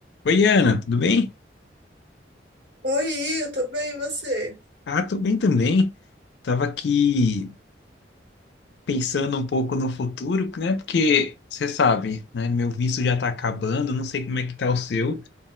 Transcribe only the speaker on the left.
Oi, Ana, tudo bem?
Ah, tô bem também. Tava aqui pensando um pouco no futuro, né? Porque você sabe, né? Meu visto já tá acabando, não sei como é que tá o seu,